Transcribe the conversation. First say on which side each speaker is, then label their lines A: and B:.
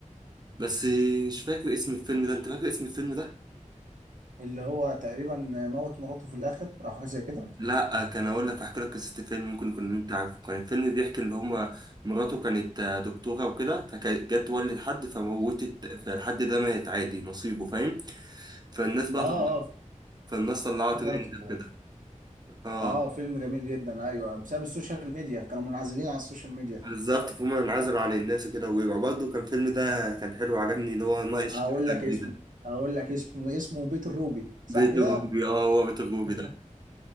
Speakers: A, on the right (about 30°); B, on the right (about 80°).
A: بس مش فاكر اسم الفيلم ده انت فاكر اسم الفيلم ده
B: اللي هو تقريبا موت مراته في الاخر او حاجه زي كده
A: لا كان اقول لك احكي لك قصه الفيلم ممكن يكون انت عارفه كان الفيلم بيحكي اللي هم مراته كانت آه، دكتوره وكده فكانت جت تولد حد فموتت فالحد ده مات عادي نصيبه فاهم فالناس بقى
B: اه
A: طل...
B: اه
A: فالناس طلعت
B: افتكرته
A: ترند
B: طبعا
A: وكده اه
B: اه فيلم جميل جدا ايوه بسبب السوشيال ميديا كانوا منعزلين على السوشيال ميديا
A: بالظبط فهم انعزلوا عن الناس وكده ورجعوا برضه كان الفيلم ده كان حلو عجبني اللي هو ناقش
B: هقول
A: قصة
B: لك اسمه
A: جديدة
B: هقول لك اسمه اسمه بيت الروبي صح
A: بيت
B: كده
A: الروبي اه هو بيت الروبي
B: <laughs>
A: ده